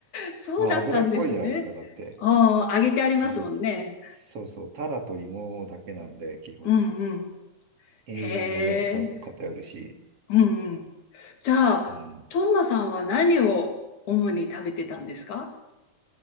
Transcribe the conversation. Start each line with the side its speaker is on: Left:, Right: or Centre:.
Left: そうだったんですね。
Right: まあ、脂っこいじゃないですか、だって。
Left: ああ、揚げてありますもんね。
Right: あと、そうそう、タラと芋だけなんで、基本。
Left: うんうん。
Right: 栄養もね、
Left: へ
Right: 多分偏るし。
Left: え。うんうん。じゃあ、
Right: うん。
Left: トーマさんは何を主に食べてたんですか